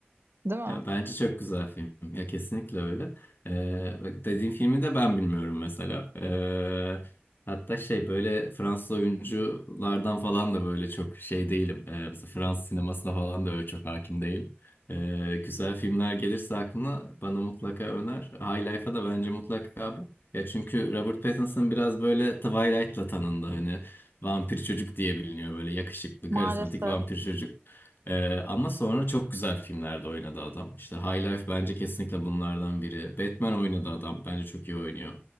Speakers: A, on the right (about 70°); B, on the left (about 60°).
A: Değil mi?
B: Ya bence çok güzel film. Ya kesinlikle öyle. Ee, bak dediğim filmi de ben bilmiyorum mesela. Ee, hatta şey böyle Fransız oyunculardan falan da böyle çok şey değilim. Ee, mesela Fransız sinemasına falan da öyle çok hakim değilim. Ee, güzel filmler gelirse aklına bana mutlaka öner. High Life'a da bence mutlaka bak. Ya çünkü Robert Pattinson biraz böyle Twilight'la tanındı hani. Vampir çocuk diye biliniyor böyle yakışıklı,
A: Maalesef.
B: karizmatik vampir çocuk. Ee, ama sonra çok güzel filmlerde oynadı adam. İşte High Life bence kesinlikle bunlardan biri. Batman oynadı adam. Bence çok iyi oynuyor.